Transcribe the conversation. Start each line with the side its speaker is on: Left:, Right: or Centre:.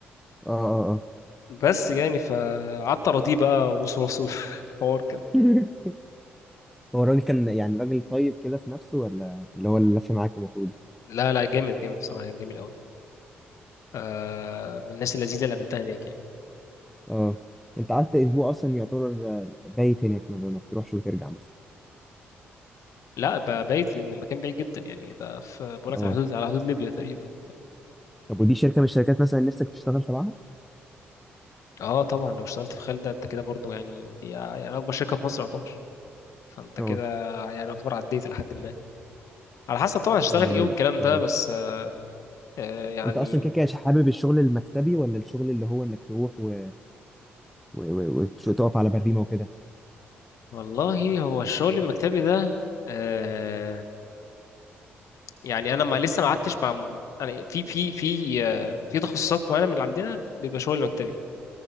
Centre: اه اه اه
Left: بس يعني فقعدت اراضيه بقى وبص راسه <laughs> حوار كده
Centre: <laughs> هو الراجل كان يعني راجل طيب كده في نفسه ولا اللي هو اللي لف معاك المفروض
Left: لا لا جامد جامد بصراحه كان جميل قوي آه من الناس اللذيذه اللي قابلتها هناك يعني
Centre: اه انت قعدت اسبوع اصلا يعتبر آه، بايت هناك ما ما بتروحش وترجع مثلا
Left: لا ب- بايت لان المكان بعيد جدا يعني ده في بقول لك
Centre: اه
Left: على حدود على حدود ليبيا تقريبا
Centre: طب ودي شركه من الشركات مثلا نفسك تشتغل تبعها
Left: اه طبعا لو اشتغلت في خالد انت كده برضو يعني دي يعني اكبر شركه في مصر يعتبر فانت
Centre: اه
Left: كده يعني يعتبر عديت لحد ما على حسب طبعا هشتغل
Centre: يعني
Left: ايه والكلام
Centre: ده-
Left: ده
Centre: اه
Left: بس آه يعني
Centre: انت اصلا كده كده حابب الشغل المكتبي ولا الشغل اللي هو انك تروح و... و... و... وتقف على بريمه وكده
Left: والله هو الشغل المكتبي ده آه يعني انا ما لسه ما قعدتش مع انا في في في آه في تخصصات معينه من اللي عندنا بيبقى شغل مكتبي